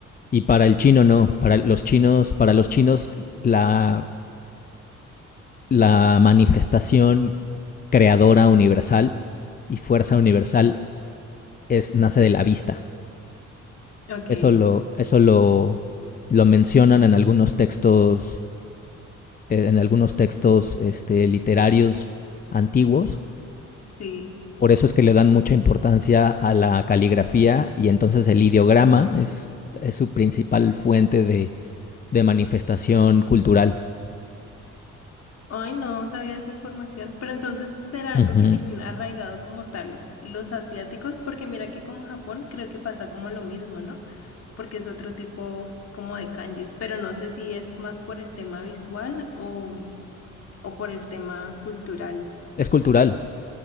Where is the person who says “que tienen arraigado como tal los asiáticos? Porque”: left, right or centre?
Left